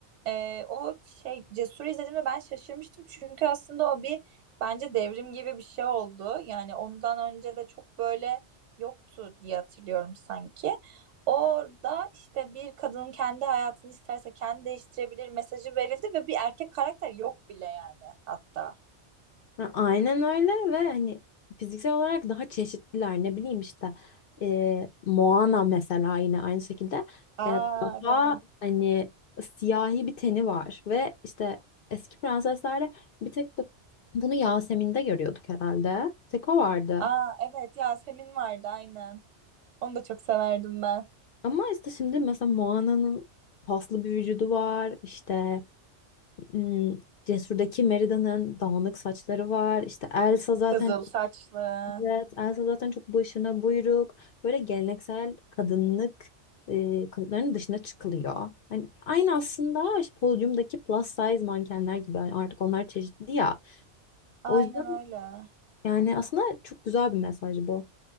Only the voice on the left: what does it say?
Ya Aynen öyle ve hani fiziksel olarak daha çeşitliler ne bileyim işte e, Moana mesela yine aynı şekilde
e, daha
hani siyahi bir teni var ve işte eski prenseslerde bir tek bu- bunu Yasemin'de görüyorduk herhalde tek o vardı
ama işte şimdi mesela Moana'nın paslı bir vücudu var işte hmm, Cesur'daki Merida'nın dağınık saçları var işte Elsa zaten
Evet, Elsa zaten çok başına buyruk, böyle geleneksel kadınlık e, kalıplarının dışına çıkılıyor. Hani aynı aslında işte podyumdaki plus size mankenler gibi Yani artık onlar çeşitli ya.
O yüzden
yani aslında çok güzel bir mesaj bu.